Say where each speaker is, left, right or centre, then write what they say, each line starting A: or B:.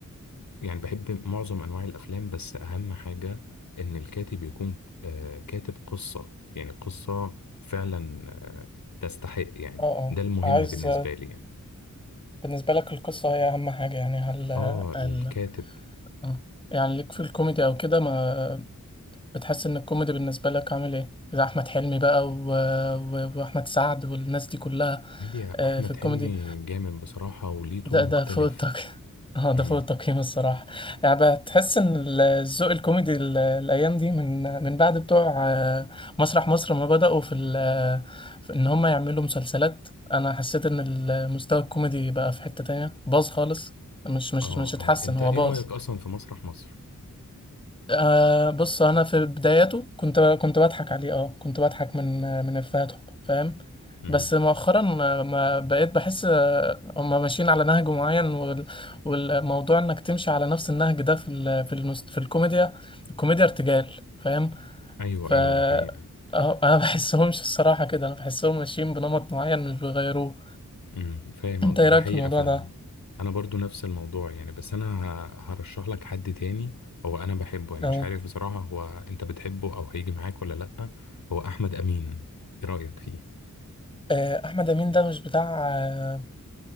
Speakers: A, on the left; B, on the left.
A: يعني بحب معظم أنواع الأفلام بس أهم حاجة إن الكاتب يكون آه، كاتب قصة يعني قصة فعلا آه، تستحق يعني
B: اه اه
A: ده المهم
B: عايز
A: بالنسبة لي يعني
B: بالنسبه لك القصه هي اهم حاجه يعني هل
A: آه الكاتب
B: هل اه يعني ليك في الكوميدي او كده ما بتحس ان الكوميدي بالنسبه لك عامل ايه اذا احمد حلمي بقى و... و... واحمد سعد والناس دي كلها
A: ميديا
B: آه،
A: أحمد
B: في الكوميدي
A: حلمي جامد بصراحة وليه تون
B: ده ده
A: مختلف
B: فوق التقييم <laughs> اه ده
A: مم.
B: فوق التقييم الصراحه يعني بتحس ان ال- الذوق الكوميدي ال- الايام دي من من بعد بتوع آه، مسرح مصر ما بداوا في, ال... آه، في ان هم يعملوا مسلسلات انا حسيت ان المستوى الكوميدي بقى في حته تانية باظ خالص مش مش
A: آه
B: مش اتحسن
A: آه أنت
B: هو
A: إيه
B: باظ
A: رأيك أصلا في مسرح مصر؟
B: أه بص انا في بداياته كنت كنت بضحك عليه اه كنت بضحك من من افهاتهم فاهم
A: مم.
B: بس مؤخرا آه، ما بقيت بحس آه، هم ماشيين على نهج معين وال- والموضوع انك تمشي على نفس النهج ده في ال- في المس- في الكوميديا الكوميديا ارتجال فاهم
A: أيوه
B: ف
A: أيوه ده حقيقة
B: آه، انا <laughs> بحسهمش الصراحة كده انا بحسهم ماشيين بنمط معين مش بيغيروه
A: امم فاهم
B: انت ايه
A: ده
B: رايك
A: حقيقة
B: في الموضوع
A: فعلا
B: ده
A: انا برضو نفس الموضوع يعني بس انا ه- هرشح لك حد تاني هو انا بحبه يعني
B: اه
A: مش عارف بصراحة هو انت بتحبه او هيجي معاك ولا لأ هو احمد امين ايه رأيك فيه
B: آه، احمد امين ده مش بتاع آه،